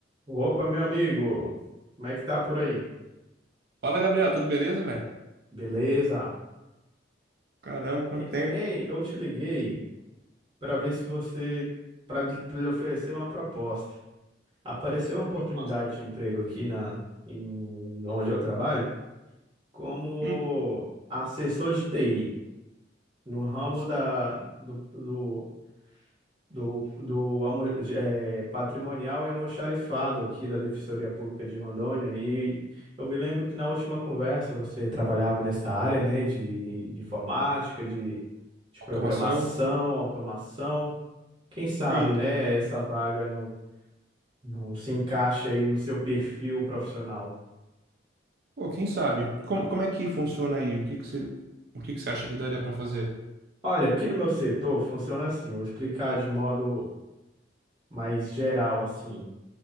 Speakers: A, on the right; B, on the right.
A: Opa, meu amigo, como é que tá por aí?
B: Fala, Gabriel, tudo beleza, velho?
A: Beleza?
B: Caramba, quanto
A: E-
B: tempo.
A: Ei, eu te liguei para ver se você, para lhe oferecer uma proposta. Apareceu uma oportunidade
B: Resposta.
A: de emprego aqui na, em, onde eu trabalho, como
B: Hum,
A: assessor de TI, no ramo
B: sim.
A: da, do, do do, do almo- de- eh, patrimonial e almoxarifado aqui da Defensoria Pública de Rondônia. E eu me lembro que na última conversa você trabalhava nessa área, né, de, de informática, de, de
B: Automação?
A: programação, automação. Quem sabe,
B: Sim.
A: né, essa vaga não, não se encaixa aí no seu perfil profissional.
B: Pô, quem sabe? Como, como é que funciona aí? O que que você, o que que você acha que daria pra fazer?
A: Olha, aqui no meu setor funciona assim, eu vou explicar de modo mais geral assim.